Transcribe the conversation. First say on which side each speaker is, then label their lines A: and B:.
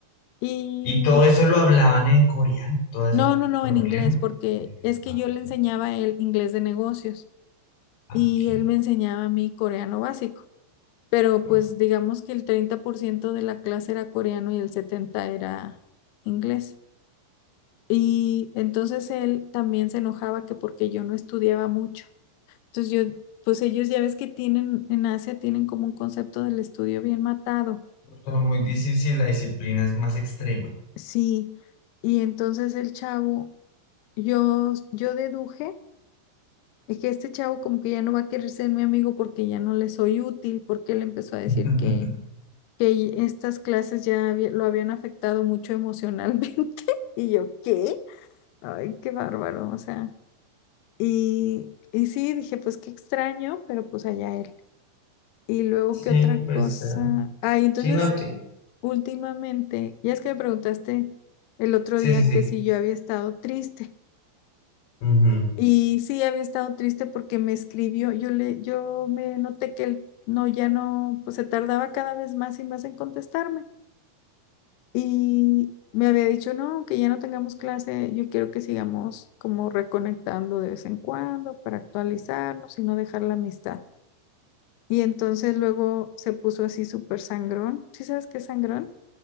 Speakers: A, on the left; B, on the left.
A: Y
B: y todo eso lo hablaban en coreano, todo ese
A: no, no, no,
B: problema.
A: en inglés, porque
B: Mm,
A: es que
B: ok,
A: yo le enseñaba a él inglés de negocios
B: ok,
A: y él me enseñaba a mí coreano básico. Pero
B: ok.
A: pues digamos que el 30% de la clase era coreano y el 70% era inglés. Y entonces él también se enojaba que porque yo no estudiaba mucho. Entonces yo, pues ellos ya ves que tienen, en Asia tienen como un concepto del estudio bien matado
B: Son muy difíciles, la disciplina es más extrema.
A: Sí, y entonces el chavo, yo, yo deduje es que este chavo como que ya no va a querer ser mi amigo porque ya no le soy útil, porque él empezó
B: <laughs>
A: a decir que, que estas clases ya había- lo habían afectado mucho emocionalmente. <laughs> Y yo, ¿qué? Ay, qué bárbaro, o sea. Y, y sí, dije, pues qué extraño, pero pues allá él. Y luego, ¿qué
B: Sí,
A: otra
B: pues,
A: cosa?
B: eh,
A: Ay, entonces,
B: sí, no te-
A: últimamente, ya es que me preguntaste el otro
B: Sí,
A: día
B: sí, sí.
A: que si yo había estado triste.
B: Ujú.
A: Y sí, había estado triste porque me escribió, yo le, yo me noté que él no, ya no, pues se tardaba cada vez más y más en contestarme. Y me había dicho, no, que ya no tengamos clase, yo quiero que sigamos como reconectando de vez en cuando para actualizarnos y no dejar la amistad. Y entonces luego se puso así súper sangrón. ¿Sí sabes qué es sangrón?